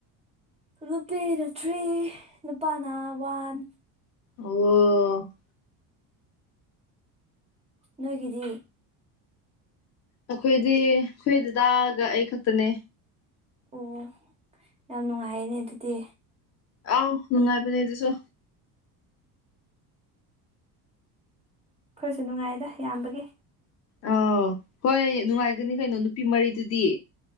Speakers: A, on the right; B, on the left.
A: ꯅꯨꯄꯤꯅ ꯊ꯭ꯔꯤ ꯅꯨꯄꯥꯅ ꯋꯥꯟ
B: ꯑꯣ ꯑꯣ
A: ꯅꯣꯏꯒꯤꯗꯤ
B: ꯑꯩꯈꯣꯏꯗꯤ ꯈꯣꯏ ꯗꯗꯥꯒ ꯑꯩ ꯈꯛꯇꯅꯦ
A: ꯑꯣ ꯌꯥꯝ ꯅꯨꯡꯉꯥꯏꯌꯦꯅꯦ ꯑꯗꯨꯗꯤ
B: ꯑꯥꯎ ꯅꯨꯡꯉꯥꯏꯕꯅꯦ ꯑꯗꯨꯁꯨ
A: ꯑꯩꯈꯣꯏꯁꯨ ꯅꯨꯡꯉꯥꯏꯗ ꯌꯥꯝꯕꯒꯤ
B: ꯑ ꯍꯣꯏ ꯅꯨꯡꯉꯥꯏꯒꯅꯤ ꯀꯩꯅꯣ ꯅꯨꯄꯤ ꯃꯔꯤꯗꯨꯗꯤ